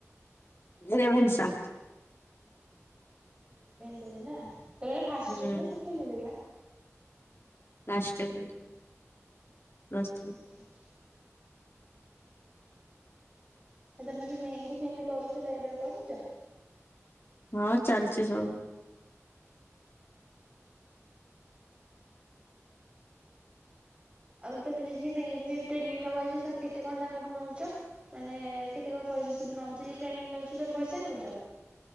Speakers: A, on the left; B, on the right.
A: ରେଭେନ୍ସା।
B: ରେଭେନ୍ସାରେ ନା, ତମର ଏବେ ଫାଷ୍ଟ
A: ହୁଁ
B: ଇଅର ନା ସେକେଣ୍ଡ ଇଅର ହେଲା?
A: Last year <unintelligible> plus
B: last
A: three
B: <unintelligible> ଆ ତମେ ଯୋଉ ମେହେନ୍ଦୀ ଫେଏନ୍ଦି କରୁଥିଲ ଏବେ ଆଉ କରୁଚ?
A: ହଁ ଚାଲିଚି ସବୁ।
B: ଆଉ ତମେ ଯେ ଯେ ମେହେନ୍ଦି ଫେହେନ୍ଦୀ ଟ୍ରେନିଂ ନବ ଯିଏ ତମେ କେତେ କଣ ତାଙ୍କଠୁ ନଉଚ? ମାନେ କେତେ କଣ ପଇସା ସବୁ ନଉଚ ଯିଏ ଟ୍ରେନିଂ ନଉଚି ତମେ ପଇସା ନଉଚ?